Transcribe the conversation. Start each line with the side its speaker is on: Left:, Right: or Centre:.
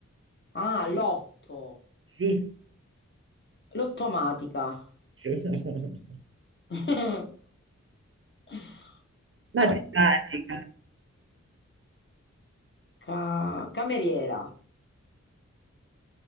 Left: Ah, lotto.
Right: sì,
Left: Lottomatica.
Right: <laughs>
Left: <laughs> Eh,
Right: matematica,
Left: ca- cameriera.